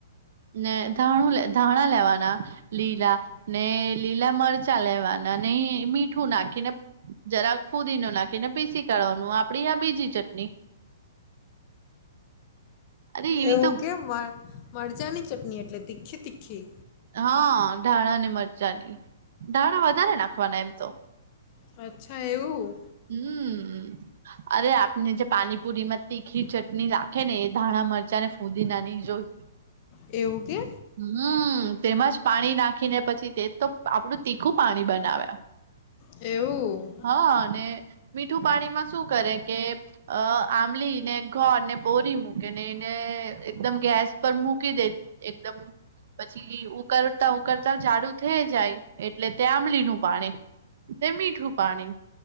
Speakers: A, on the right (about 50°); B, on the left (about 25°).
A: ને ધાણું લે ધાણા લેવાના. લીલા. ને લીલા મરચાં લેવાના ને મીઠું નાખીને જરાક ફૂદીનો નાખીને પીસી કાઢવાનું. આપણી આ બીજી ચટણી. અરે એવી
B: એવું
A: તો
B: કેમ, મ મરચાંની ચટણી એટલે તીખી-તીખી.
A: હા. ધાણા ને મરચાંની. ધાણા વધારે નાખવાના એમ તો.
B: અચ્છા એવું?
A: હમ્મ. અરે આપને જે પાણીપુરી માં તીખી ચટણી રાખે ને એ ધાણા મરચાં ને ફૂદીનાની. જો <inaudible>
B: એવું કે?
A: હમ્મ. તેમાં જ પાણી નાખીને પછી તે જ તો આપણું તીખું પાણી બનાવે.
B: એવું.
A: હ ને મીઠું પાણીમાં શું કરે કે અહ આંબલીને ગોળ ને બોરી મૂકે ને એને એકદમ ગેસ પર મૂકી દે એકદમ પછી ઉકળતા-ઉકળતા જાડું થઈ જાય એટલે તે આંબલીનું પાણી. તે મીઠું પાણી.